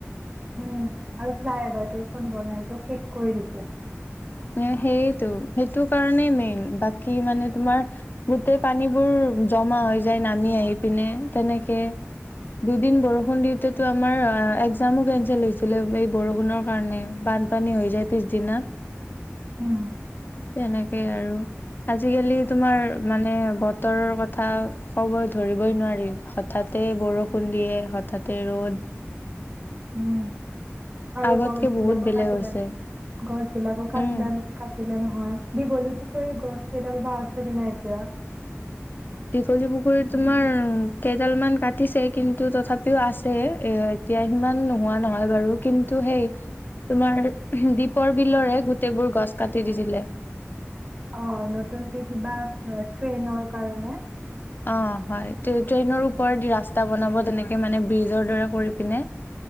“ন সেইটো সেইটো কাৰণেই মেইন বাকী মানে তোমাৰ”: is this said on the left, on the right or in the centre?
Left